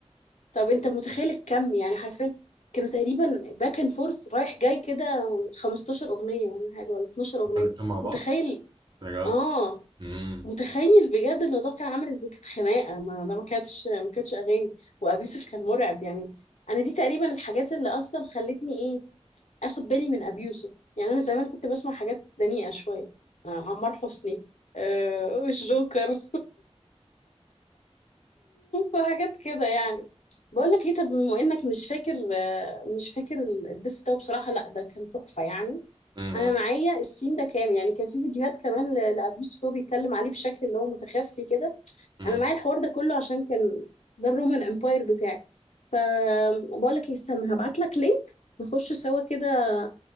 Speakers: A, on the left; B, on the right.
A: طب انت متخيل الكم يعني حرفيا كانوا تقريبا باك اند فورث رايح جاي كده 15 اغنية ولا حاجة ولا 12 اغنية
B: هما الاتنين مع بعض
A: متخيل
B: بجد
A: اه
B: مم.
A: متخيل بجد الموضوع كان عامل ازاي كانت خناقه ما ده ما كانتش ما كانتش اغاني وابي يوسف كان مرعب يعني انا دي تقريبا الحاجات اللي اصلا خلتني ايه اخد بالي من ابي يوسف يعني انا زمان كنت بسمع حاجات دنيئه شويه آه عمار حسني آه الجوكر <laughs> وحاجات كده يعني بقول لك ايه طب بما انك مش فاكر آه مش فاكر ال- الدس ده بصراحه لا ده كان تحفه يعني
B: مم.
A: انا معايا السين ده كام يعني كان في فيديوهات كمان ل- لابي يوسف وهو بيتكلم عليه بشكل اللي هو متخفي كده
B: مم.
A: انا معايا
B: <laughs>
A: الحوار ده كله عشان كان ده الرومان امباير بتاعي فبقول لك ايه، استنى هبعت لك لينك نخش سوا كده